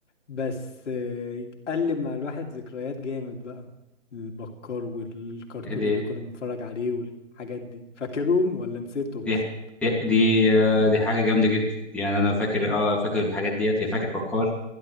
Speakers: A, on the left; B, in the centre.
A: بس آه، قلب مع الواحد ذكريات جامد بقى البكار والكرتون
B: إيه دي
A: اللي كنا بنتفرج عليه والحاجات دي فاكرهم ولا نسيتهم
B: دي
A: اصلا
B: دي دي, آه، دي حاجه جامده جدا يعني انا فاكر اه فاكر الحاجات ديت هي فاكر بكار